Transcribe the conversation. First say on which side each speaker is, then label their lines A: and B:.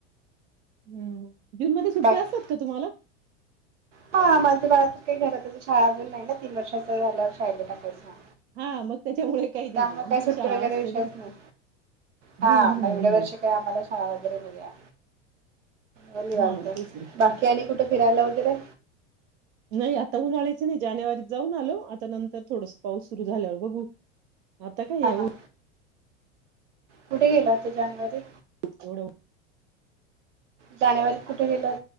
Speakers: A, on the right (about 65°); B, on the right (about 80°).
A: हूं जूनमध्ये सुट्टया
B: बाकी
A: असतात का तुम्हाला
B: हा माझ बाळ आता काय घरातच ये शाळा अजून नाय न तीन वर्षाचा झाल्या शाळेला टाकायचा.
A: हा मग त्याच्यामुळे काही नाही
B: त्यामूळ
A: आमची
B: काय सुट्टी
A: शाळा
B: वगैरे
A: असते
B: विषयच
A: ना
B: नाही हा
A: हम्म
B: मग
A: हम्म
B: एवढ
A: हम्म
B: वर्षी काय आम्हाला शाळा वगैरे नाहीये. मं निवांत
A: हा तेच ना
B: बाकी आणि कुठ फिरायला वगैरे
A: नाही आता उन्हाळयाच नाही जानेवारीत जाऊन आलो आता नंतर थोडस पाऊस सुरू झाल्यावर बघू आता काय
B: हां
A: ह्या
B: हां.
A: उ
B: कुठे गेला होता जानेवारी
A: <unintelligible>
B: जानेवारीत कुठे गेल हो